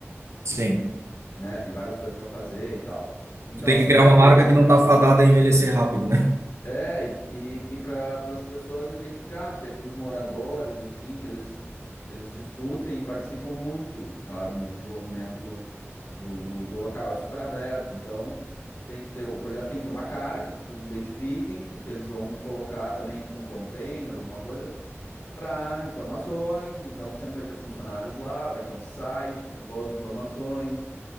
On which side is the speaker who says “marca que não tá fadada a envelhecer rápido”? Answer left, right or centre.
Right